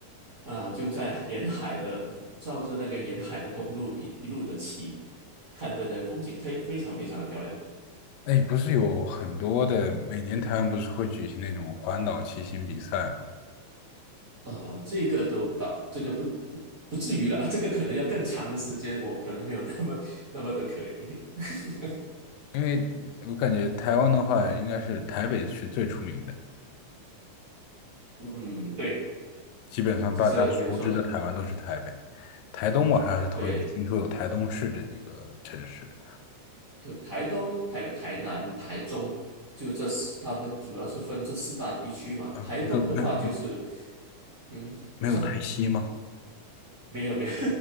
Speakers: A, on the right (about 30°); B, on the left (about 80°).
A: 啊、就在沿海的照着那个沿海的公路一一路的骑，看着那风景，非非常非常的漂亮。
B: 哎，不是有很多的，每年台湾不是会举行那种环岛骑行比赛吗？
A: 呃，这个都到，这个不不不至于了，<laughs> 这个可能要更长的时间，我可能没有那么那么的可以。<laughs>
B: 因为我感觉台湾的话，应该是台北是最出名的。
A: 嗯，对，
B: 基本上大家熟知的台湾都是台北，
A: 这是没有错的。
B: 台东我还是头一次听说有台东市这一个城市的
A: 对，就台东还有台南、台中，就这四，他们主要是分这四大地区嘛。
B: 啊，
A: 台东的话就是，
B: 没有没有
A: 嗯，你说
B: 没有台西吗？
A: 没有没有，